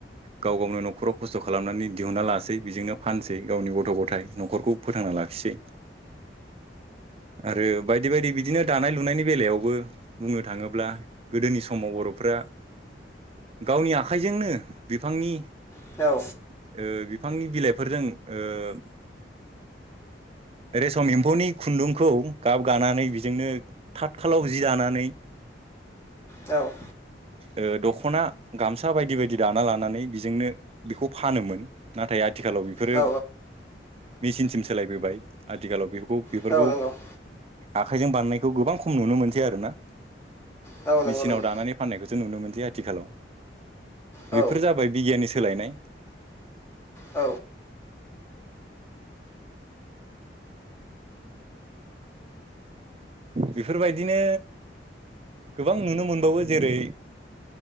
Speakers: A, on the right; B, on the left.
A: गाव गावनो न'खराव खस्थ' खालामनानै दिहुनना लासै बिजोंनो फानसै गावनि गथ' गथाय न'खरखौ फोथांना लाखिसै आरो बायदि बायदि बिदिनो दानाय लुनायनि बेलायावबो बुंनो थाङोब्ला गोदोनि सम समाव बर'फ्रा गावनि आखाइजोंनो बिफांनि ओ
B: औ
A: बिफांनि बिलाइफोरजों ओ रेसम एम्फौनि खुन्दुंखौ गाब गानानै बेजोंनो थाथ खाालाव जि दानानै
B: औ
A: ओ दख'ना गामसा बायदि बायदि दाना लानानै बिजोंनो बेखौ फानोमोन नाथाय आथिखालाव बेफोरो
B: औ
A: मेचिनसिम सोलायबोबाय आथिखालाव बेफोरखौ बेफोरखौ
B: औ नंगौ
A: आखाइजों बानायनायखौ गोबां खम नुनो मोनसै आरोना
B: औ नंगौ
A: मेचिनाव
B: नंगौ
A: दानानै फाननायखौ जों नुनो मोनसै आथिखालाव
B: औ
A: बेफोर जाबाय बिगियाननि सोलायनाय
B: औ
A: बेफोरबायदिनो गोबां नुनो मोनबावो जेरै